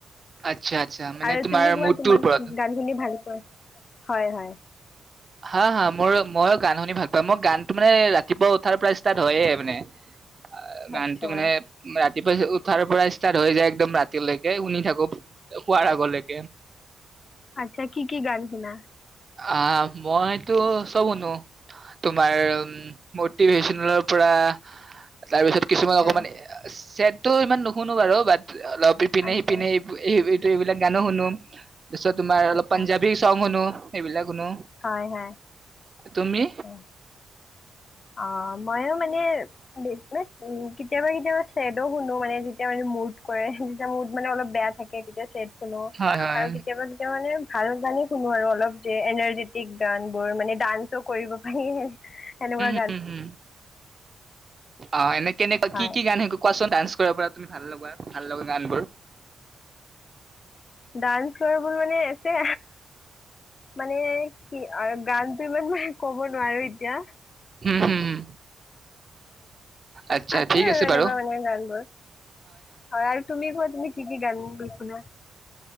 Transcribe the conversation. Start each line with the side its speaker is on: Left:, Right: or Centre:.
Right: আচ্ছা আচ্ছা মানে
Left: আৰু
Right: তোমাৰ
Left: তুমি কোৱা
Right: মুডটোৰ
Left: তোমাক
Right: ওপৰত।
Left: গান শুনি ভাল হয়। হয়
Right: হা হা মোৰৃ ময়ো গান শুনি ভাল পাওঁ, মই গানতটো মানে ৰাতিপুৱা উঠাৰ পৰা ষ্টাৰ্ট হয়য়ে মানে। অ গানটো
Left: আচ্ছা
Right: মানে ৰাতি তাৰপাছত উঠাৰ পৰা ষ্টাৰ্ট হৈ যায় একদম ৰাতিলৈকে, শুনি থাকো শোৱাৰ আগলৈকে।
Left: আচ্ছা কি কি গান শুনা?
Right: অ মইতো চব শুনো তোমাৰ উ মটিভেশচনেলৰ পৰা তাৰপিছত কিছুমান
Left: আচ্ছা
Right: অকণমান চছেট তো ইমান নুশুনো বাৰু বাট অলপ ইপিনে
Left: আচ্ছা
Right: সিপিনে এইবিলাক গানো শুনো। তাৰ পিছত তোমাৰ
Left: আচ্ছা
Right: পঞ্জাবী সংগ শুনো। সেইবিলাক শুনো
Left: হয়। হয়।
Right: তুমি?
Left: আচ্ছা। অ ময়ো মানে মানে কেতিয়াবা কেতিয়াবা চেদ' শুনো মানে যেতিয়া মানে মত কৰে যেতি মত মানে অলপ বেয়া থাকে তেতিয়া চেদ শুনো
Right: হয় হয়
Left: আৰু কেতিয়াবা কেতিয়াা মানে ভাল জানে শুনো আৰু অলপ যে এনাৰ্জেটিক গান বোৰ মানে ডান্সো কৰিব পাৰি এনেকুৱা
Right: উম হম অ এনে কেনেকুৱা,
Left: হয়
Right: কি কি গান কোৱা ডান্স কৰাৰ পৰা তুমি ভাল লগা, ভাল লগা গান বোৰ
Left: ডান্স কৰাবোৰ মানে যে মানে কি? আৰু গানতো ইমান মানে ক'ব নোৱাৰো এতিয়া
Right: হম হুম হম। আচ্ছা
Left: আছে
Right: ঠিক
Left: আৰু এনেকুৱা
Right: বাৰু
Left: মানে গান বোৰ হয় আৰু তুমি কোৱা তুমি কি কি গান বুলি শুনা।